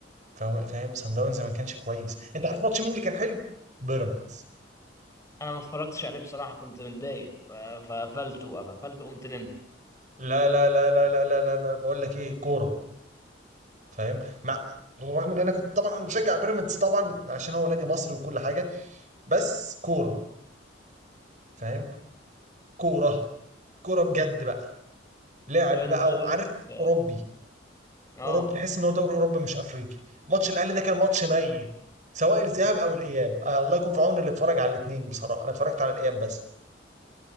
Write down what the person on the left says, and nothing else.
انا ما اتفرجتش عليه بصراحه كنت متضايق ف- فقفلت وقفلت قمت نمت
طب انت
شايف
اه
آه.